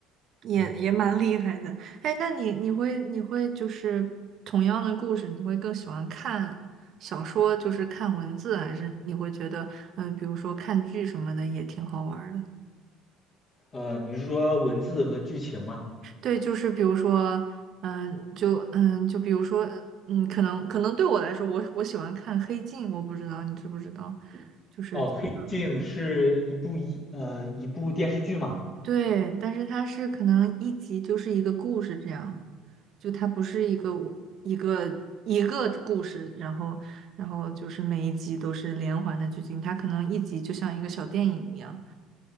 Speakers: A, on the right (about 55°); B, on the left (about 40°).
A: 也也蛮厉害的。
B: 嗯，
A: 哎，那你你会你会就是同样的故事，你会更喜欢看小说，就是看文字，还是你会觉得嗯，比如说看剧什么的也挺好玩儿的？
B: 呃，你是说文字和剧情吗？
A: 对，就是比如说，嗯，就嗯，就比如说，嗯，可能可能对我来说，我我喜欢看《黑镜》，我不知道你知不知道，就是这个，
B: 哦，《黑镜》是一部一呃一部电视剧嘛？
A: 对，但是它是可能一集就是一个故事这样，就它不是一个我一个一个故事，然后然后就是每一集都是连环的剧情，它可能一集就像一个小电影一样，